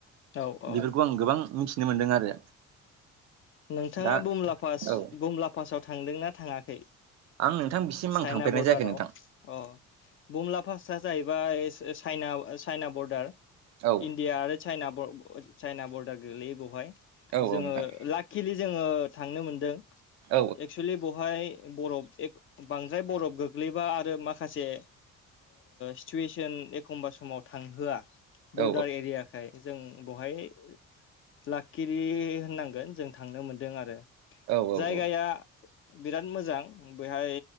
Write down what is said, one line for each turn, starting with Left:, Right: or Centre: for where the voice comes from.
Left: औ औ
Right: बेफोरखौ आं गोबां मिथिनो मोनदों आरो
Left: नोंथाङा
Right: दा
Left: बुमला पास
Right: औ
Left: बमला पासाव थांदोंना थाङाखै?
Right: आं नोंथां बिसिम आं
Left: चाइना
Right: थांफेरनाय
Left: बरडाराव
Right: जायाखै नोंथां
Left: अ बुमला फासा जाहैबाय चाइना चाइना बर्डार
Right: औ
Left: इण्डिया आरो चाइना चाइना बरडार गोग्लैयो बेवहाय
Right: औ
Left: जोङो
Right: औ नोंथां
Left: लाकिलि जोङो थांनो मोनदों
Right: औ
Left: एक्सुवेलि बहाय बरफ एक बांद्राय बरफ गोग्लैबा आरो माखासे सिटुवेसन एखमबा समाव थांहोआ बरदार
Right: औ
Left: एरियाखाय जों बहाय लाखिलि होननांगोन जों थांनो मोनदों आरो
Right: औ
Left: जायगाया बिराद मोजां बेहाय